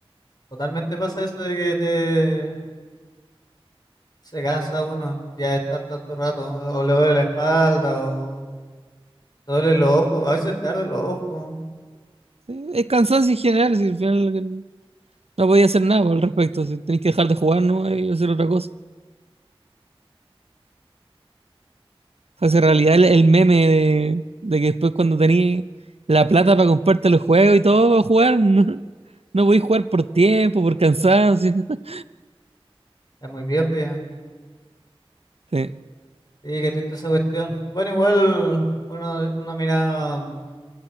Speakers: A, on the left; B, on the right.
A: Totalmente pasa eso de que te... se cansa uno ya de estar tanto rato. ¿no? O le duele la espalda, o le duele los ojos. A veces te arden los ojos.
B: Sí, es cansancio en general, si al final eh, no podía hacer nada al respecto, si tenés que dejar de jugar, ¿no? Y hacer otra cosa. O sea, si en realidad el, el meme de, de que después cuando tenés la plata para comprarte los juegos y todo para jugar, <laughs> no, no podés jugar por tiempo, por cansancio. <laughs>
A: Es muy viejo ya.
B: Sí,
A: Sí, qué triste esa cuestión. Bueno, igual uno, uno mira. a